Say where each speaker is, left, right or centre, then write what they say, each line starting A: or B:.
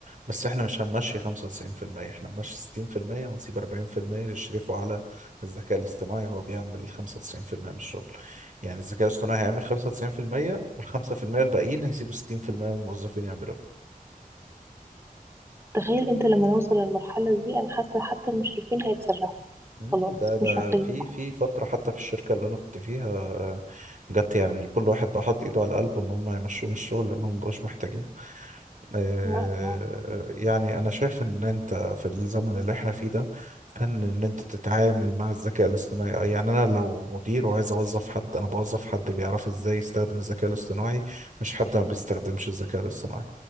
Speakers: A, on the right (about 60°); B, on the right (about 15°).
A: بس احنا مش هنمشي 95% احنا هنمشي 60% ونسيب 40% يشرفوا على الذكاء الاصطناعي وهو بيعمل 95% من الشغل يعني الذكاء الاصطناعي هيعمل 95% وال5% الباقيين هيسيبوا 60% من الموظفين يعملوا
B: تخيل انت لما نوصل للمرحلة دي انا حاسة حتى المشرفين هيتسرحوا
A: مم،
B: خلاص
A: ده ده
B: مش محتاجينكم
A: في في فترة حتى في الشركة اللي أنا كنت فيها آه، جت يعني كل واحد بقى حاطط إيده على قلبه إن هم يمشوه من الشغل لأنهم مبقوش محتاجين آه،
B: يا الله
A: يعني أنا شايف إن أنت في الزمن اللي إحنا فيه ده فن إن أنت تتعامل مع الذكاء الاصطناعي آه، يعني أنا لو مدير وعايز أوظف حد أنا بوظف حد بيعرف إزاي يستخدم الذكاء الاصطناعي مش حد ما بيستخدمش الذكاء الاصطناعي